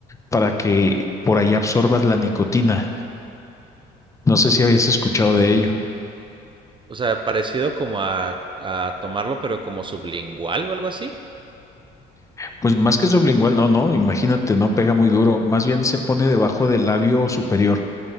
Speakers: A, on the left; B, on the right.
A: para que por ahí absorbas la nicotina. No sé si habías
B: Mm.
A: escuchado de ello.
B: O sea, parecido como a, a tomarlo, pero como sublingual o algo así.
A: Pues más que sublingual, no, no, imagínate, no pega muy duro, más bien se pone debajo del labio superior.